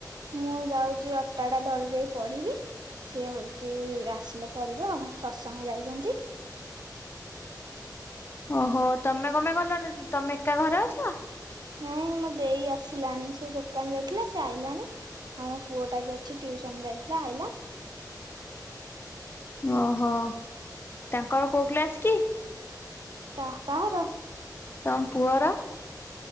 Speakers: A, on the right; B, on the left.
A: ମୁଁ ଯାଉଛି ଅଟାଟା ଦଳି ଦେଇ ପଢିବି। ସିଏ ହଉଛି ଆସିଲେ କରିବେ ଆଉ ସତସଙ୍ଗ ଯାଇଛନ୍ତି।
B: ଓହୋ ତମେ କପେଇଁ ଗଲନି ତମେ ଏକା ଘରେ ଅଛ? ହ
A: ନାଇଁ ମୋ ଦେଇ ଆସିଲାଣି ସେ ଦୋକାନ ଯାଇଥିଲା ସେ ଆଇଲାଣି ଆମ ପୁଅ ଟା ବି ଅଛି ଟ୍ୟୁସନ ଯାଇି ହେଲା ଆଇଲା।
B: ଓହୋ ତାଙ୍କର କୋଉ କ୍ଲାସ କି?
A: କାହା କାହାର।
B: ତମ ପୁଅର।